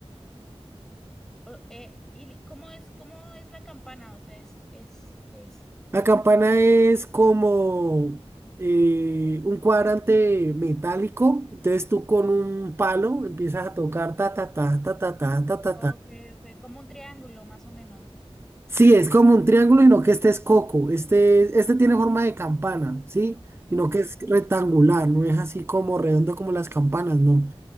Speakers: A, in the centre; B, on the right.
A: O- eh, ¿y li- cómo es, cómo es la campana? O sea, es, es, es
B: La campana es como eh, un cuadrante metálico, entonces tú con un palo empiezas a tocar ta ta ta ta ta ta ta ta
A: Ok,
B: ta
A: ok, como un triángulo, más o menos.
B: Sí, es como un triángulo, y no que este es coco. Este, este tiene forma de campana, ¿sí? Sino
A: Ok.
B: que es rectangular, no es así como redondo como las campanas, ¿no?